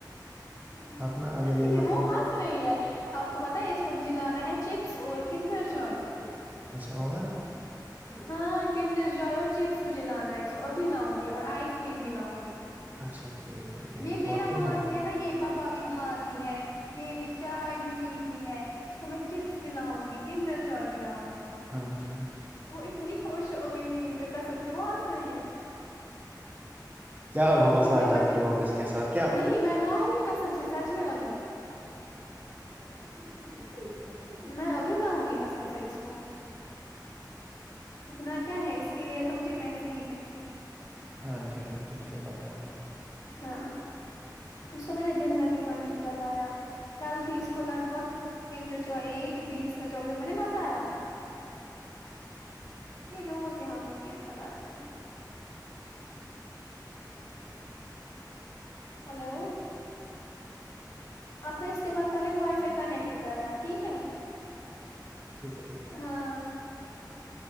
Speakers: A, on the left; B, on the right.
A: ہ
B: آپ نا اگر
A: یہ
B: مطلب
A: وہ ہنس رہی ہے آپ کو پت ہے اس کو مجھے لانا ہے چپس اور کنڈر جو ے
B: اچھا اور
A: ہاں کنڈر جوے اور چپس مجھے لانا ہے ابھی لاؤں گی اور آئس کریم بھی لاؤں گی
B: اچھا ٹھیک ٹھیک
A: یہ میرا
B: اور کیا
A: مانتے
B: ہوا
A: ہیں نا یہ باپ پپا بھی کھاتی ہے یہ چائے بھی پیتی ہے اس کو میں چپس بھی لاؤں گی کندر جوے بھی لاؤ گی
B: ہاں جی ہاں جی
A: وہ اتنی خوش ہو گئی نیند میں قسب سے وہ ہنس رہی ہے
B: کیا ہو مزا
A: چھوٹے
B: کرتی
A: بچے
B: اپ اس کے ساتھ کیا ہو
A: نہیں میں لاؤں گی قسم سے سچ میں ابھی <unintelligible> لاؤں گی کسم سے اس کو اتنا کیا ہے اس کے لیے تو مجھے پیسے ہی پیسے ہے
B: ہاں جی ہاں جی مجھے پتا ہے
A: ہاں اس کو میں نے دن میں بھی ٹوینٹی کا لایا کل بھی اس کو لگ بھگ کنٹر ایک بیس کا چوک جب میں نے بتایا یہ روز یہاں پہ کی اچھا لاتی ہے ہلو اپ نے اس کے بعد پہلے وائی فائی کنیکٹ کرنا ٹھیک ہے
B: ٹیک ہےٹیک
A: ہاں